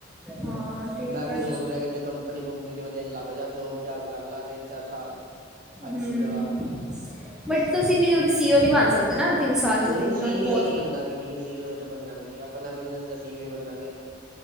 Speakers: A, in the centre; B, on the right.
A: ਹਾਂ ਠੀਕ
B: ਮੈਂ ਵੀ
A: ਹੈ
B: ਸੋਚ ਰਿਆ ਕਿਤੇ ਕੰਪਨੀ ਕੁੰਪਨੀ ਚ ਵਧੀਆ ਜੇਆ ਲੱਗ ਜਾਂ ਜੋਬ ਜਾਬ ਕਰ ਲਾ ਤਿੰਨ ਚਾਰ ਸਾਲ। ਅੱਛੀ
A: ਹਮ
B: ਜਗਾ।
A: ਬਟ ਤੁਸੀਂ ਇੰਨੀ ਜਲਦੀ ਸੀ ਓ ਨੀ ਬਣ ਸਕਦੇ ਨਾ। ਤਿੰਨ ਸਾਲ 'ਚ
B: ਨਈ
A: ਤਿੰਨ
B: ਸੀ
A: ਤੁਹਾਨੂੰ
B: ਈ
A: ਬਹੁਤ
B: ਓ ਤੇ ਬਣਨਾ ਵੀ ਨੀ ਸੀ ਓ ਤੇ ਬਣਦਾ ਵੀ ਨੀ ਆਪਣਾ ਬਿਜਨਸ ਦਾ ਸੀ ਓ ਬਨਾਗੇ।